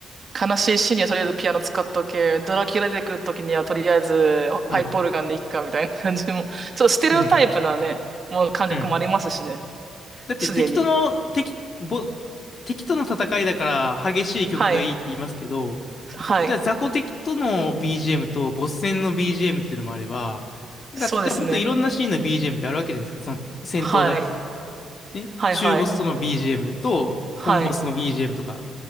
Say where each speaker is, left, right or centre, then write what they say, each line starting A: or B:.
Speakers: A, on the right; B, on the left.
A: 悲しいシーンにはとりあえずピアノ使っとけ。ドラキュラ出てくるときにはとりあえずパイプオルガンでいっかみたいな感じも。
B: はい。
A: <laughs> ちょっとステレオタイプなね、
B: うん。
A: もう感覚もありますしね。
B: うん。だって敵との、
A: すでに。
B: 敵、ぼ、敵との戦いだから激しい曲がいいって言いますけど、
A: はい。はい。
B: じゃあ雑魚敵との BGM とボス戦の BGM っていうのもあれば、なんかじゃあもっといろんなシーンの
A: そうですね。
B: BGM ってあるわけじゃないですか。その戦闘だって。
A: はい。
B: ね。
A: はいはい。
B: 中ボスとの BGM と本ボスの
A: はい。
B: BGM とか。